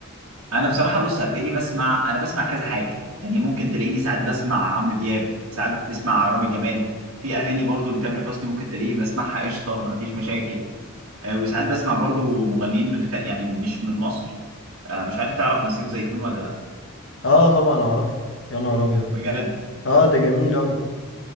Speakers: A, on the right (about 80°); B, on the left (about 60°).
A: انا بصراحه بص هتلاقيني بسمع انا بسمع كذا حاجه يعني ممكن تلاقيني ساعات بسمع عمرو دياب ساعات بسمع رامي جمال في اغاني برضو لتامر حسني ممكن تلاقيني بسمعها قشطه ما فيش مشاكل آه، وساعات بسمع برضو مغنيين من خ... يعني مش من مصر آه، مش عارف تعرف نسيف زيتون ولا لا
B: اه طبعا اعرفه يا نهار ابيض
A: بجد
B: اه ده جميل اوي